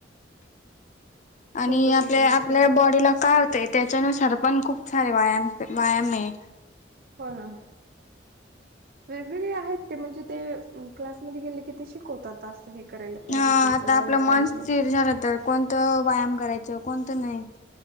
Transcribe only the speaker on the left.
आणि
आपल्या,
आपल्या
बॉडीला काय होतय त्याच्यानुसार पण खूप सारे व्यायाम, व्यायामय
हा,
आता
आपलं
मन स्थिर झालं तर कोणतं व्यायाम करायचं, कोणतं नाही.